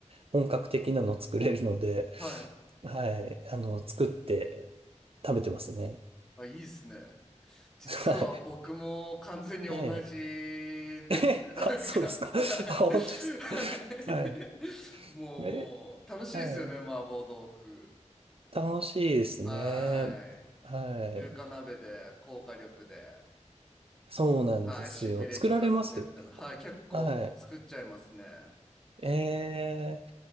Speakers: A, on the right (about 50°); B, in the centre.
A: 本格的なの作れるので、
B: はい。
A: はい、あの、作って食べてますね。
B: あ、いいっすね。実は僕も完全に同じですね。
A: はい。ええ。えあ、
B: なんか、
A: そうですか。
B: はい。
A: あ、本当ですか。
B: はい
A: はい。
B: もう、
A: え、
B: 楽しいですよね、
A: はい。
B: 麻婆豆腐。
A: 楽しいですね。
B: は
A: はい。
B: い。中華鍋で、高火力で。
A: そうなんですよ。
B: はい、しびれ聞かせてみたいな。
A: 作られます結構。
B: はい、結構作っちゃいますね。
A: はい。ええ